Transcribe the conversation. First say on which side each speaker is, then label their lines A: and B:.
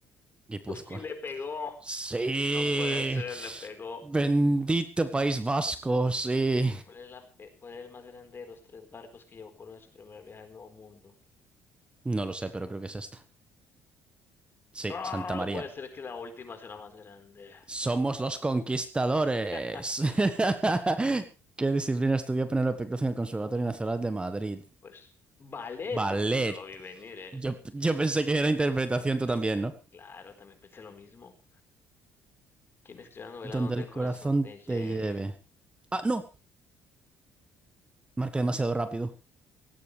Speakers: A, on the right; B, on the left.
A: Guipúzcoa.
B: Uf, y le pegó.
A: Sí.
B: No puede ser, le pegó.
A: Bendito País Vasco. Sí.
B: ¿Cuál es la- eh, cuál es el más grande de los tres barcos que llevó Colón en su primer viaje al Nuevo Mundo?
A: No lo sé, pero creo que es esta. Sí,
B: Ah,
A: Santa María.
B: no puede ser que la última sea la más grande.
A: Somos los conquistadores.
B: <laughs>
A: <laughs> ¿Qué disciplina estudió Penélope Cruz en el Conservatorio Nacional de Madrid?
B: Pues, ballet,
A: Ballet.
B: ese sí no lo vi venir, ¿eh?
A: Yo, yo pensé que era interpretación,
B: Interpretación,
A: tú también, ¿no?
B: claro, también pensé lo mismo. ¿Quién escribió la novela
A: Donde
B: Donde
A: el
B: el corazón
A: corazón
B: te lleve?
A: te lleve. Ah, no. Marqué demasiado rápido.